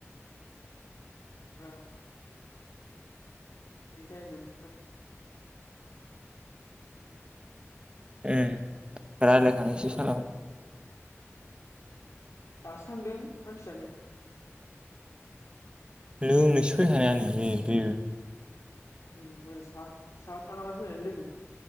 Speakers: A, on the left; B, on the right.
A: <unintelligible> बे <unintelligible> मोन
B: ए रायलायखानिसै <unintelligible>
A: दासो थांदों मानसियानो
B: लोंनोसो फैखानायानो बियो बियो
A: ओम <unintelligible> सा <unintelligible> फैनाय लोगो